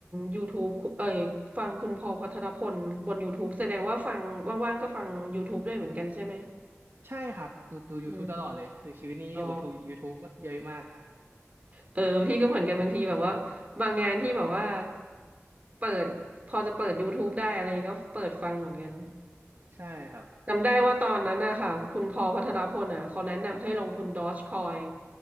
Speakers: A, on the right (about 30°); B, on the right (about 55°).
A: YouTube คุเอ่ยฟังคุณพอลพัทรพลบน YouTube แสดงว่าฟังว่างๆก็ฟัง YouTube ด้วยเหมือนกันใช่ไหม
B: ใช่ครับดูดู
A: อืม
B: YouTube ตลอดเลยคือชีวิตนี้อยู่กับทู
A: อ๋อ
B: YouTube เยอะมาก
A: เออพี่ก็เหมือนกันบางทีแบบว่าบางงานที่แบบว่าเปิดพอจะเปิด YouTube ได้อะไรก็เปิดฟังเหมือนกัน
B: ใช่ครับ
A: จำได้ว่าตอนนั้นนะคะคุณพอลพัทรพลอ่ะเขาแนะนำให้ลงทุน Dogecoin